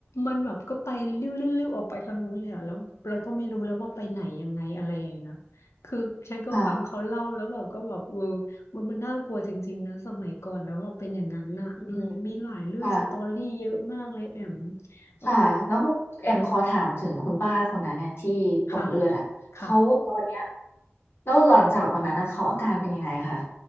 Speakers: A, on the left; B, on the left.
A: มันแบบก็ไปเลี้ยวๆออกไปทางนู้นเลยอ่ะแล้วเราก็ไม่รู้แล้วว่าไปไหนยังไงอะไรอย่างเงี้ยคือฉันก็ฟังเขาเล่าแล้วแบบก็แบบเออ
B: ค่ะ
A: มันมันน่ากลัวจริงๆนะสมัยก่อนแล้วว่าเป็นอย่างนั้นน่ะอืมมีหลายเรื่องสตอรี่เยอะมากเลยแอม
B: อืมค่ะ
A: เออ
B: ค่ะแล้วแอมขอถามถึงคุณป้าคนนั้นเนี่ยที่ตกเลือดอ่ะเขาตอนเนี้ย
A: ค่ะค่ะ
B: แล้วหลังจากวันนั้นนะเขาอาการเป็นยังไงคะ